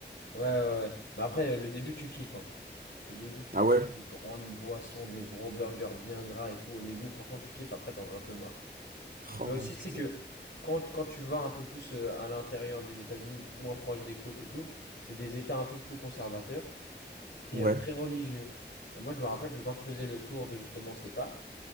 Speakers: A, on the left; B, on the right.
A: Ouais, ouais, ouais. Mais après, euh, le début, tu kiffes, hein. Au début, tu
B: Ah
A: kiffes
B: ouais?
A: les grandes boissons, des gros burgers bien gras et tout. Au début, franchement, tu kiffes. Après, t'en as un peu marre. Mais
B: Oh
A: aussi,
B: putain.
A: tu sais que quand, quand tu vas un peu plus euh, à l'intérieur des États-Unis, moins proche des côtes et tout, c'est des États un peu plus conservateurs. et
B: Ouais,
A: euh, très religieux. Et moi, je me rappelle que quand je faisais le tour de justement ces parcs,